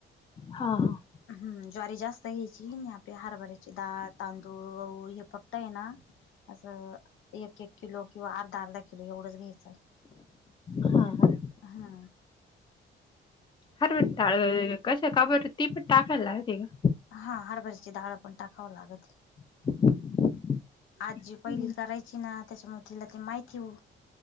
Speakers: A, on the left; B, on the left.
A: हा हा.
B: हम् ज्वारी जास्त घ्यायची आपल्या हारभराची दाळ तांदूळ गहु हे फक्त आहे ना असं एक एक किलो किंवा अर्धा अर्धा किलो एवढंच घ्यायचं.
A: हा हा.
B: हा.
A: हरभरा डाळ कश काबर ती पण टाकायला लागते का.
B: हा हरभरची डाळ पण टाकाव लागती.
A: <unintelligible>
B: आजी पहिली
A: हम्म
B: करायची ना त्याच्यामुळे तिला ती माहिती हो